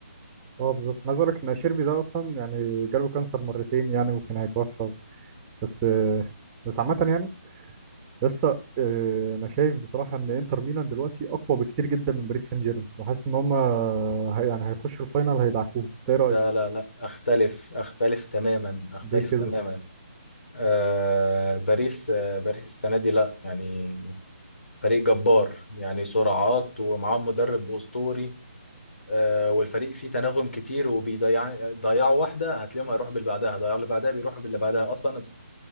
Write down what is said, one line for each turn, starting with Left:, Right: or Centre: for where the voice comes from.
Right: اه بالظبط أنا عايز اقول لك ان شيربي ده اصلا يعني جاله كانسر مرتين يعني وكان هيتوفى بس بس عامة يعني لسه آه، أنا شايف بصراحة إن إنتر ميلان دلوقتي أقوى بكتير جدا من باريس سان جيرمان وحاسس إن هما هي- يعني هيخشوا الفاينال هيدعكوهم إنت إيه رأيك؟
Left: لا لا لا اختلف اختلف تماما اختلف
Right: دي كده
Left: تماما آه باريس آه باريس السنة دي لا يعني فريق جبار يعني سرعات ومعاهم مدرب أسطوري آه، والفريق فيه تناغم كتير وبيضيع ضيعوا واحده هتلاقيهم هيروحوا باللي بعدها ضيعوا اللي بعدها بيروحوا باللي بعدها اصلا